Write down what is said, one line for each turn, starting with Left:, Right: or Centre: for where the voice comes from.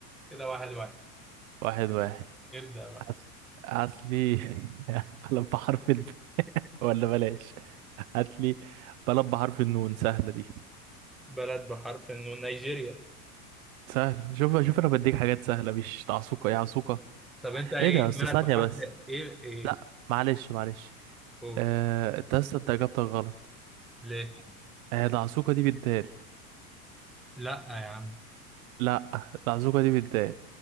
Centre: كده واحد واحد
Right: واحد واحد
Centre: ابدأ بقى
Right: أصل أصلي <laughs> بلب بحرف ال <laughs> ولا بلاش هاتلي بلب بحرف النون سهلة دي
Centre: بلد بحرف انه نيجيريا
Right: سهلة شوف شوف أنا بديك حاجات سهلة مش تعصوقة يا عصوقة
Centre: طب انت ايه
Right: ايه ده يا
Centre: بلد
Right: أسطى ثانية
Centre: بحرف
Right: بس
Centre: ايه ايه
Right: لا معلش معلش
Centre: قول
Right: آه، انت اصلا انت اجابتك غلط
Centre: ليه
Right: آه، العزوقة دي بالدال
Centre: لا يا عم
Right: لا العزوقة دي بالدال